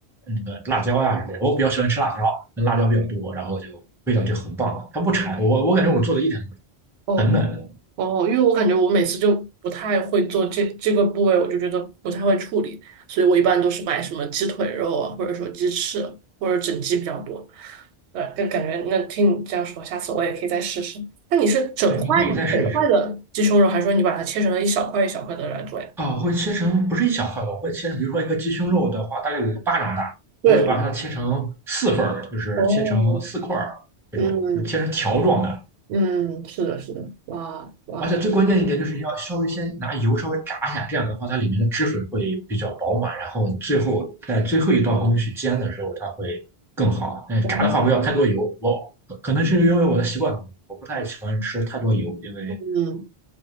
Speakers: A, in the centre; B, on the right (about 85°).
A: 那个辣椒呀之类的，我比较喜欢吃辣椒，那辣椒比较多，然后就味道就很棒，它不柴，我我感觉我做的一点都不柴
B: 哦
A: 很嫩，
B: 哦，因为我感觉我每次就不太会做这这个部位，我就觉得不太会处理，所以我一般都是买什么鸡腿肉啊，或者说鸡翅或者整鸡比较多。对，就感觉那听你这样说，下次我也可以再试试。那你是整块吗整块的鸡胸肉，
A: 对，你可以再试一试。
B: 还是说你把它切成了一小块一小块的来做呀？
A: 啊，我会切成不是一小块吧，我会切成，比如说一个鸡胸肉的话，大概有个巴掌大，
B: 对对，
A: 我会把它切成四份儿，就是切成四块儿这种，
B: 哦，嗯
A: 就是切成条状的。
B: 嗯，是的，是的，哇哇，
A: 而且最关键一点就是要稍微先拿油稍微炸一下，这样的话它里面的汁水会比较饱满，然后你最后在最后一道工序煎的时候它会更好。嗯，
B: 哦，
A: 炸的话不要太多油，我可能是因为我的习惯，我不太喜欢吃太多油，因为
B: 嗯。